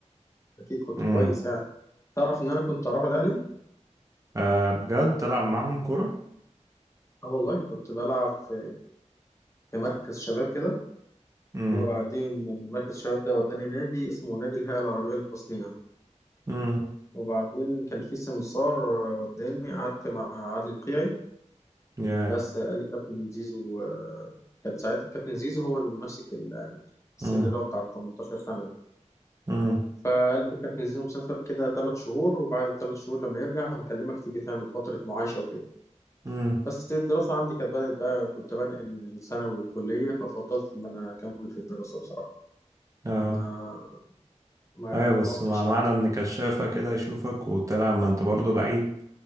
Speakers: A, on the left; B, on the right.
A: فاكيد كنت
B: امم
A: كويس يعني تعرف ان انا كنت اروح الاهلي
B: آه بجد تلعب معاهم كورة
A: اه والله كنت بلعب في في مركز شباب كده
B: امم
A: وبعدين من مركز الشباب ده وداني نادي اسمه نادي الهيئه العربيه للتصنيع
B: امم
A: وبعدين كان في سمسار وداني قعدت مع عادل القيعي
B: يا
A: بس قال لي كابتن زيزو آه، كان ساعتها كابتن زيزو هو اللي ماسك ال- السن
B: امم
A: اللي هو بتاع 18 سنه ده
B: امم
A: فقال لي كابتن زيزو مسافر كده ثلاث شهور وبعد الثلاث شهور لما يرجع هنكلمك تيجي تعمل فتره معايشه وكده
B: امم
A: بس الدراسة عندي كانت بدأت بقى كنت بنقل من الثانوي للكلية ففضلت إن أنا أكمل في الدراسة بصراحة
B: اه
A: ما ما
B: ايوه
A: ما روحتش
B: بس مع معنى
A: يعني
B: ان كشافة كده يشوفك وتلعب ما انت برضه لعيب